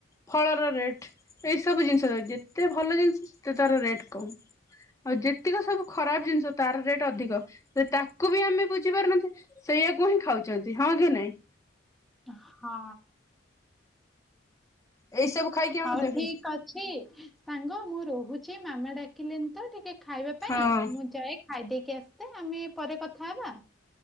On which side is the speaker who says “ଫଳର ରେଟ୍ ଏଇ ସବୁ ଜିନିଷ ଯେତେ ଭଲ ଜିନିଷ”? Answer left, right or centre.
Left